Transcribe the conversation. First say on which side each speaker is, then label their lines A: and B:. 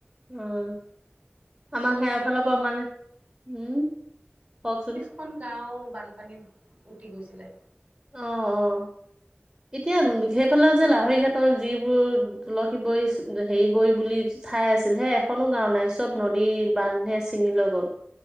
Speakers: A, on the right; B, on the right.
A: উম <unintelligible> আমাক
B: চল্লিশ
A: সেৰাৰফালৰ পৰা মানে, উম কওঁকচোন।
B: এখন গাঁও বানপানীত উঠি গৈছিলে।
A: অ', অ' এতিয়া সেইফালে যে লাহৰি ঘাটৰ যিবোৰ তুলসী বৰী হেৰি বৰী বুলি ঠাই আছিল। হে এখনো গাও নাই চব নদী বান্ধে ছিল চিঙি লৈ গ'ল।